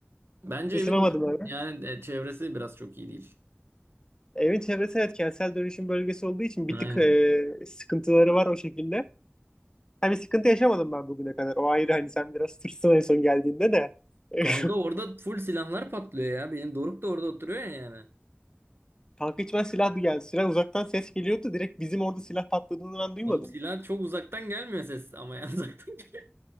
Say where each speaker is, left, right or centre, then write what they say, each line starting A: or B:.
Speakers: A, on the right; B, on the left.
A: Bence
B: Isınamadım
A: evin
B: abi.
A: yani e, çevresi biraz çok iyi değil.
B: Evin çevresi evet kentsel dönüşüm bölgesi olduğu için
A: Aynen.
B: bir tık e, sıkıntıları var o şekilde. Hani sıkıntı yaşamadım ben bugüne kadar. O ayrı hani sen biraz tırsın en son geldiğinde de. <laughs>
A: Kanka orada full silahlar patlıyor ya. Benim Doruk da orada oturuyor ya yani.
B: Kanka hiç ben silah bir geldi. Silah uzaktan ses geliyordu. Direkt bizim orada silah patladığını ben duymadım.
A: Oğlum silah çok uzaktan gelmiyor ses ama ya <laughs> uzaktan geliyor.